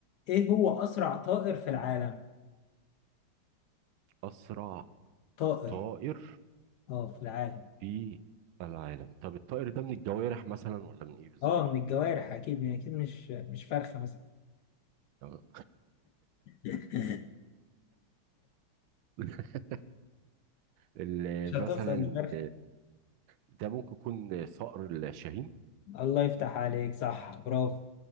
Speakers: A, on the left; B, on the right.
A: ايه هو أسرع طائر في العالم؟
B: اسرع
A: طائر
B: طائر
A: اه في العالم
B: في العالم طب الطائر ده من الجوارح مثلا ولا من ايه بالظبط
A: اه من الجوارح اكيد يعني اكيد مش مش فرخه مثلا
B: آه.
A: <laughs>
B: <laughs> ال-
A: مش هتوصل
B: مثلا
A: لفرخه
B: ده ممكن يكون صقر الشاهين
A: الله يفتح عليك صح برافو